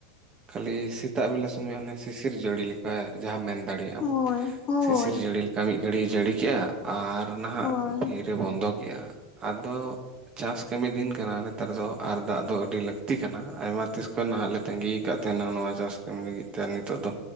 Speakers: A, on the right; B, on the left.
A: ᱠᱷᱟᱹᱞᱤ ᱥᱤᱛᱟᱜ ᱵᱮᱞᱟ ᱥᱚᱢᱚᱭ ᱚᱱᱮ ᱥᱤᱥᱤᱨ ᱡᱟᱹᱲᱤ ᱞᱮ ᱦᱮᱸ ᱡᱟᱦᱟᱸᱢ ᱢᱮᱱ ᱫᱟᱲᱮᱭᱟᱜ
B: ᱦᱳᱭ
A: ᱟᱢ
B: ᱦᱳᱭ
A: ᱥᱤᱥᱤᱨ ᱡᱟᱹᱲᱤ ᱞᱤᱠᱟ ᱢᱤᱫ ᱜᱷᱟᱹᱲᱤᱭ ᱡᱟᱹᱲᱤ ᱠᱮᱜ-ᱟ ᱟᱨ ᱱᱟᱦ
B: ᱦᱳᱭ
A: ᱨᱮ ᱵᱚᱱᱫᱚ ᱠᱮᱜ-ᱟ ᱟᱫᱚ ᱪᱟᱥ ᱠᱟᱹᱢᱤ ᱫᱤᱱ ᱠᱟᱱᱟ ᱱᱮᱛᱟᱨ ᱫᱚ ᱟᱨ ᱫᱟᱜ ᱫᱚ ᱟᱹᱰᱤ ᱞᱟᱹᱠᱛᱤ ᱠᱟᱱᱟ ᱟᱭᱢᱟ ᱛᱤᱥ ᱠᱷᱚᱱ ᱱᱟᱦᱟᱜ ᱞᱮ ᱛᱟᱺᱜᱤᱭ ᱠᱟᱜ ᱛᱟᱦᱮᱱᱟ ᱱᱚᱣᱟ ᱪᱟᱥ ᱠᱟᱹᱢᱤ ᱞᱟᱹᱜᱤᱫ ᱛᱮ ᱟᱨ ᱱᱤᱛᱳᱜ ᱫᱚ